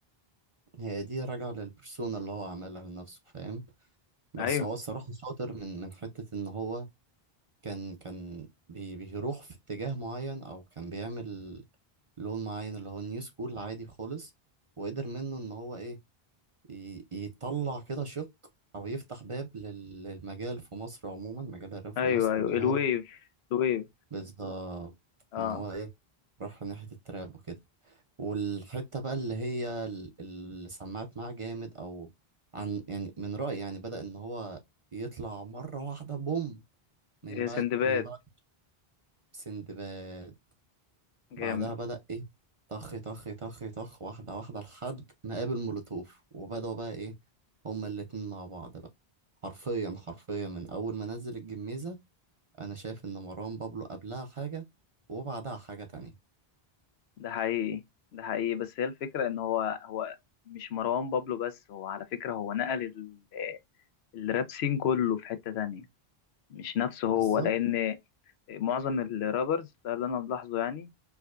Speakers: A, on the right; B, on the left.
A: هي دي راجعه للبرسونا اللي هو عملها لنفسه فاهم بس
B: أيوه
A: هو الصراحة شاطر من من حتة إن هو كان كان بي بيروح في اتجاه معين أو كان بيعمل لون معين اللي هو النيو سكول عادي خالص وقدر منه إن هو إيه ي- يطلع كده شق أو يفتح باب لل- للمجال في مصر عموما مجال الراب في
B: أيوه
A: مصر
B: أيوه
A: اللي هو
B: الويف الويف
A: بالظبط
B: اه
A: ان هو ايه راح ناحية التراب وكده والحتة بقى اللي هي ال- اللي سمعت معاه جامد او عن يعني من رأيي يعني بدأ ان هو يطلع مرة واحدة بوم من
B: إيه،
A: بعد
B: سندباد
A: من بعد سندباد
B: جامد
A: بعدها بدأ ايه طخ طخ طخ طخ واحدة واحدة لحد ما قابل مولوتوف وبدأوا بقى ايه هما الاتنين مع بعض بقى حرفيا حرفيا من اول ما نزل الجميزة انا شايف ان مروان بابلو قبلها حاجة وبعدها حاجة تانية
B: ده حقيقي ده حقيقي بس هي الفكرة ان هو هو مش مروان بابلو بس هو على فكرة هو نقل ال- الراب سين كله في حتة تانية مش نفسه هو
A: بالظبط
B: لان معظم الرابرز ده اللي انا ملاحظه يعني